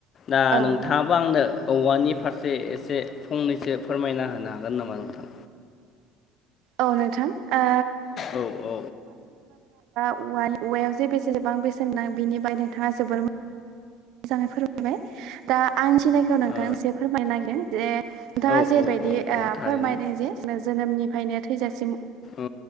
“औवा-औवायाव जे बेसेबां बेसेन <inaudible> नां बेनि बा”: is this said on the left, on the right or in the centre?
Right